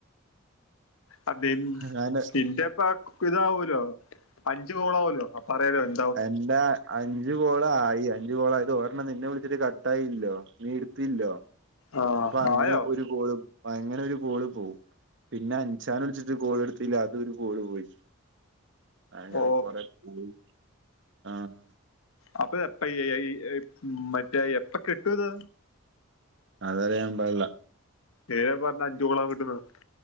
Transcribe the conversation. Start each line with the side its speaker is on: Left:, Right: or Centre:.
Left: അ
Right: ഞാന്
Left: നിന്റെപ്പ ഇതാവൂലോ അഞ്ച് ഗോളാവുല്ലോ അപ്പറയാലോ ഇൻ
Right: എന്റാ അഞ്ച്ഗോളായി അഞ്ചു കോളായത് ഓരെണ്ണം നിന്നെ വിളിച്ചിട്ട് കട്ടായില്ലോ നീയെടുത്തില്ലോ
Left: ആഹ്
Right: അപ്പൊ അങ്ങനെ
Left: ആയോ
Right: ഒരു കോള് അപ്പ അങ്ങനെ ഒരു കോള് പോവും പിന്നെ അൻസാനവിളിച്ചിട്ട് കോള്എടുത്തില്ല അത് ഒരുകോള് പോയി അങ്ങനെ
Left: ഓ
Right: കൊറെ പോയി ആഹ്
Left: അപ്പൊ എപ്പ ഈ ഏ ഈ മറ്റേ എപ്പ കിട്ടു ഇത്
Right: അതറിയാമ്പാടില്ല
Left: ഏ പറഞ്ഞ് അഞ്ചു ഗോളവും കിട്ടുമെന്ന്